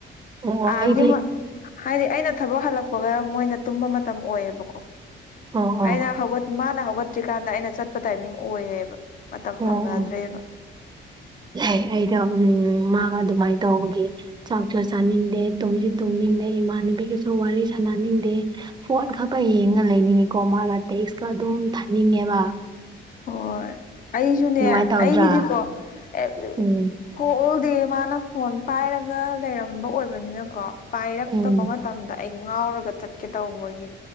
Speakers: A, on the right (about 20°); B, on the left (about 45°).
A: ꯑꯣ
B: ꯑꯥꯒꯤ
A: ꯑꯩꯗꯤ
B: ꯍꯥꯏꯗꯤ ꯑꯩꯅ ꯊꯕꯛ ꯍꯜꯂꯛꯄꯒ ꯃꯣꯏꯅ ꯇꯨꯝꯕ ꯃꯇꯝ ꯑꯣꯏꯌꯦꯕꯀꯣ
A: ꯑꯣ ꯑꯣ
B: ꯑꯩꯅ ꯍꯧꯒꯠ ꯃꯥꯅ ꯍꯧꯒꯠꯇ꯭ꯔꯤꯀꯥꯟꯗ ꯑꯩꯅ ꯆꯠꯄ ꯇꯥꯏꯃꯤꯡ ꯑꯣꯏꯔꯦꯕ ꯃꯇꯝ
A: ꯑꯣ
B: ꯐꯪꯅꯗ꯭ꯔꯦꯕ
A: ꯑꯣ ꯂꯩ ꯑꯩꯗ ꯎꯝ ꯃꯥꯒ ꯑꯗꯨꯃꯥꯏꯅ ꯇꯧꯕꯒꯤ ꯆꯥꯛ ꯆꯣ ꯆꯥꯅꯤꯡꯗꯦ ꯇꯨꯝꯁꯤ ꯇꯣꯡꯅꯤꯡꯗꯦ ꯏꯃꯥꯟꯅꯕꯤꯒꯁꯨ ꯋꯥꯔꯤ ꯁꯥꯟꯅꯅꯤꯡꯗꯦ ꯐꯣꯟ ꯈꯛꯛꯇ ꯌꯦꯡꯉ ꯂꯩꯅꯤꯡꯉꯤꯀꯣ ꯃꯥꯒ ꯇꯦꯛꯁꯀ ꯑꯗꯨꯝ ꯊꯥꯅꯤꯡꯉꯦꯕ
B: ꯍꯣꯏ ꯑꯩꯁꯨꯅꯦ
A: ꯑꯗꯨꯃꯥꯏꯅ ꯇꯧꯗ꯭ꯔꯥ
B: ꯑꯩꯒꯤꯗꯤꯀꯣ ꯑꯦꯕ꯭ꯔꯤ
A: ꯎꯝ
B: ꯍꯣ ꯑꯣꯜ ꯗꯦ ꯃꯥꯅ ꯐꯣꯟ ꯄꯥꯏꯔꯒ ꯂꯩꯔꯝꯕ ꯑꯣꯏꯕꯅꯤꯅꯀꯣ ꯄꯥꯏꯔꯛꯇꯕ
A: ꯎꯝ
B: ꯃꯇꯝꯗ ꯑꯩ ꯉꯥꯎꯔꯒ ꯆꯠꯀꯦ ꯇꯧꯕꯒꯤ